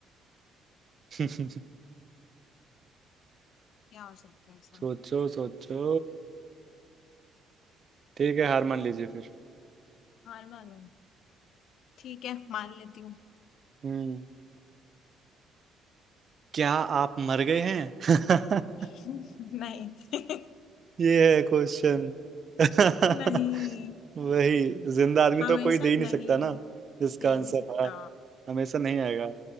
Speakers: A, on the right (about 35°); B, on the left (about 65°).
A: <laughs>
B: क्या हो सकता है ऐसा
A: सोचो सोचो ठीक है हार मान लीजिए फिर
B: हार मानो ठीक है मान लेती हूँ
A: हम्म क्या आप मर गए हैं <laughs>
B: <laughs> नहीं <laughs>
A: ये है क्वेश्चन <laughs>
B: नहीं
A: वही जिंदा आदमी
B: हमेशा
A: तो कोई दे
B: नहीं
A: ही नहीं सकता ना इसका
B: दे
A: आंसर
B: नहीं सकता
A: हाँ हमेशा नहीं आएगा